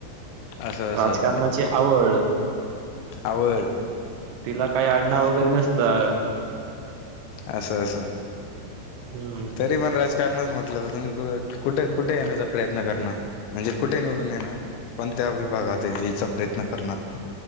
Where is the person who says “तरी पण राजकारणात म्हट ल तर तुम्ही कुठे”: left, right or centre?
Left